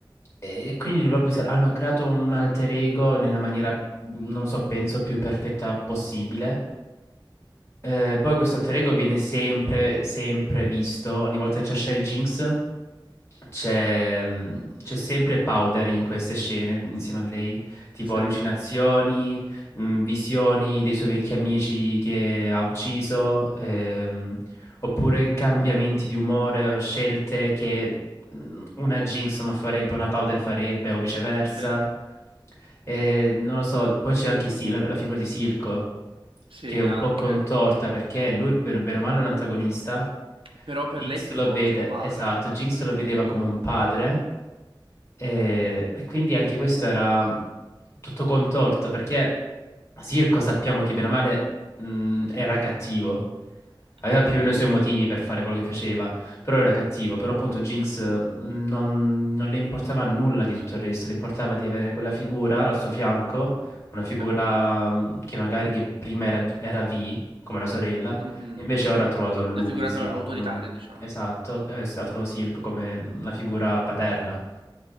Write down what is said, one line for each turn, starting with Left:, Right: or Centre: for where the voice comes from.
Left: E quindi proprio pensare, hanno creato un alter ego nella maniera, non lo so, penso più perfetta possibile. Eh, poi questo alter ego viene sempre, sempre visto. Ogni volta che c'è scena di Jinx, c'è mm, c'è sempre Powder in queste scene insieme a lei. Tipo
Right: Sì.
Left: allucinazioni, mm, visioni dei suoi vecchi amici che ha ucciso. ehm oppure cambiamenti di umore o scelte che mm, una Jinx non farebbe, una Powder farebbe o viceversa.
Right: Sì,
Left: E non lo so, poi c'è anche Si- la, la figura di Silco,
Right: sì,
Left: che è un
Right: anche.
Left: po' contorta perché lui, bene bene o male, è un antagonista.
Right: Però per
Left: Jinx
Right: lei è stato
Left: lo
Right: un
Left: vede,
Right: ottimo padre.
Left: esatto, Jinx lo vedeva come un padre, e, e quindi anche questo era tutto contorto perché Sirco sappiamo che bene o male mh, era cattivo, aveva
Right: Sì,
Left: più o meno i suoi motivi per fare quello che faceva, però era cattivo, però appunto Jinx
Right: sì.
Left: mh, non, non le importava nulla di tutto il resto, le importava di avere quella figura al suo fianco, una figura
Right: Beh,
Left: mh, che magari che prima era, era V, come la sorella,
Right: mhm.
Left: e invece ora ha trovato lui,
Right: Una figura
Left: Sirco,
Right: to- autoritaria,
Left: come un...
Right: diciamo.
Left: Esatto, eh, ha trovato Silco come una figura paterna.